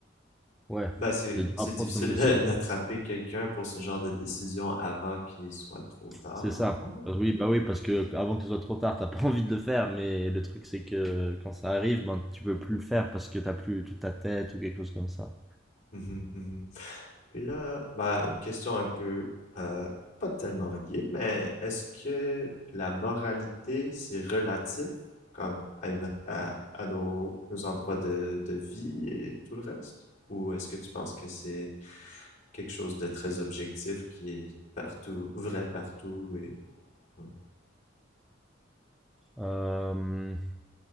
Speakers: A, in the centre; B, on the left.
A: ouais,
B: Ben, c'est,
A: de
B: c'est
A: à prendre
B: difficile
A: comme décision.
B: de- <laughs> d'attraper quelqu'un pour ce genre de décision avant qu'il soit trop tard,
A: C'est
B: dans
A: ça.
B: le fond.
A: Parce- Oui, bah oui, parce que avant que ce soit trop tard, t'as pas <laughs> envie de le faire, mais le truc c'est que quand ça arrive, ben tu peux plus le faire parce que t'as plus toute ta tête ou quelque chose comme ça.
B: Mhm, mhm. Puis là, ben, une question un peu, euh, pas tellement reliée, mais est-ce que la moralité, c'est relatif, comme à une, à, à nos, nos endroits de, de vie et tout le reste? Ou est-ce que tu penses que c'est quelque chose de très objectif qui est partout, vrai partout et, ouais.
A: Euh,